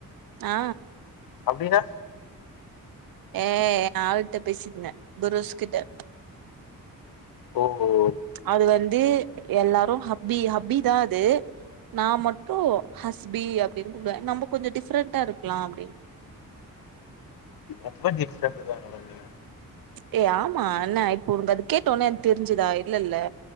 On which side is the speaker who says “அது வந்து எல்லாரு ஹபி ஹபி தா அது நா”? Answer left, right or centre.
Right